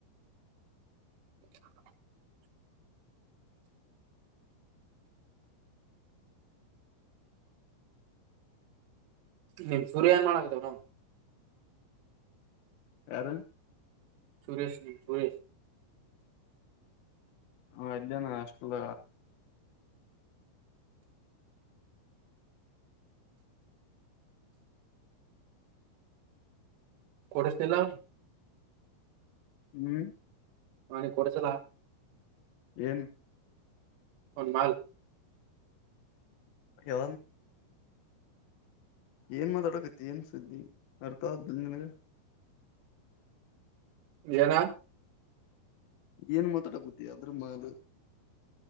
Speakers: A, on the right; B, on the left.
A: ಅ ನಿಮ್ ಸೂರ್ಯ ಏನ್ ಮಾಡದವನು
B: ಯಾರು
A: ಸುರೇಶ ನೀ ಸುರೇಶ
B: ಹಾ ಇಲ್ಲ ನ ಅಷ್ಟಲ್ಲ
A: ಕಡಸ್ನಲ್ಲ
B: ಹ್ಮ್
A: ಹನ ಕೊಡಸಲ
B: ಎನ್
A: ಒನ್ ಮಲ್
B: ಯ ಏನ್ ಮಾತಾಡಕತಿ ಏನ್ ಸುದ್ದಿ ಅರ್ಥನಗೆ
A: ಏನಾ
B: ಏನ್ ಮಾತಾಡಕತಿ ಅದ್ರ ಮಾದ